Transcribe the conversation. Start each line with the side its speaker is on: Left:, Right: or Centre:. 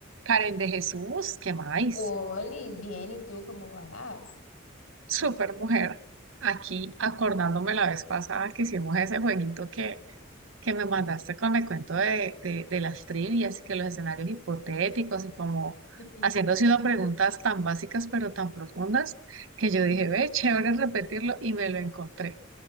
Right: Karen de Jesús, ¿qué más?
Left: Oli, bien, ¿y tú cómo vas?
Right: Super mujer. Aquí acordándome la vez pasada que hicimos ese jueguito que, que me mandaste con el cuento de, de, de las trivias y que los escenarios hipotéticos y como
Left: <laughs>
Right: haciéndose unas preguntas tan básicas pero tan profundas que yo dije, ve, chévere repetirlo y me lo encontré.